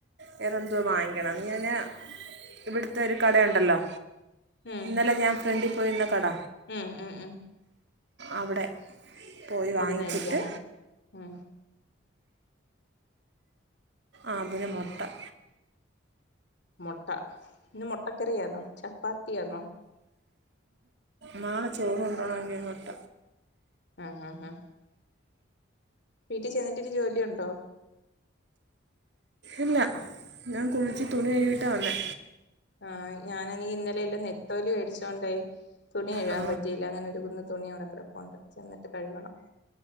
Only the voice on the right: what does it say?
വേറെ എന്തോ, വാങ്ങിക്കണം അത് ഞാൻ
ഇവിടുത്തെ ഒരു കടയുണ്ടല്ലോ
ഇന്നലെ ഞാൻ ഫ്രണ്ടിൽ പോയിരുന്ന കട
അവിടെ പോയി
വാങ്ങിച്ചിട്ട്
ആതിന് മൊത്തം
മാളെ ചോറ് കൊണ്ടോണ എങ്കിൽ മൊട്ട
ഇല്ല ഞാൻ കുളിച്ച് തുണി കഴകിട്ടാണ് വന്നേ
ആ